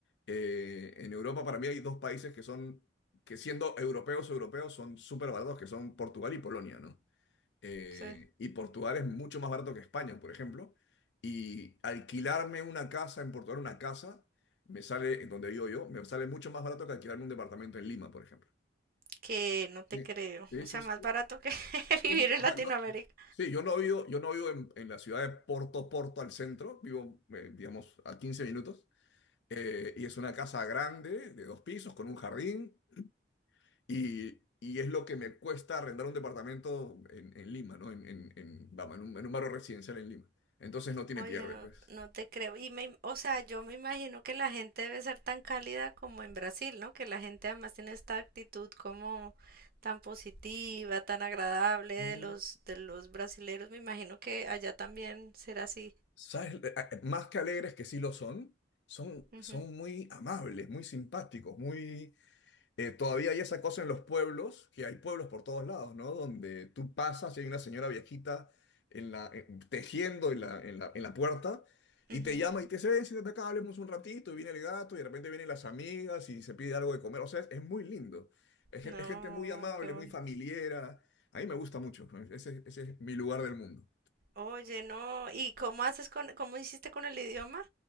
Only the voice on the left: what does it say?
eh, en Europa para mí hay dos países que son, que siendo europeos europeos son súper baratos, que son Portugal y Polonia, ¿no? Eh,
y Portugal es mucho más barato que España, por ejemplo, y alquilarme una casa en Portugal, una casa, me sale, en donde vivo yo, me sale mucho más barato que alquilarme un departamento en Lima, por ejemplo.
Sí,
sí,
sí,
sí,
sí, sí, sí.
O
sea, yo, sí, yo no vivo, yo no vivo en, en la ciudad de Porto Porto al centro, vivo, eh, digamos, a 15 minutos, eh, y es una casa grande, de dos pisos, con un jardín, y, y es lo que me cuesta arrendar un departamento en, en Lima, ¿no? En, en, en, vamos, en un, en un barrio residencial en Lima. Entonces no tiene
pierde,
pues.
No.
¿Sabes? Eh, eh, Más que alegres que sí lo son, son,
son muy amables, muy simpáticos, muy eh, todavía hay esa cosa en los pueblos, que hay pueblos por todos lados, ¿no? Donde tú pasas y hay una señora viejita en la, en- tejiendo en la, en la, en la puerta y
te llama y te dice, ven, siéntate acá, hablemos un ratito, y viene el gato y de repente vienen las amigas y se pide algo de comer. O sea, es, es muy lindo. Es,
gen- es gente muy amable,
muy familiera. A mí me gusta mucho. ¿no? Ese, ese es mi lugar del mundo.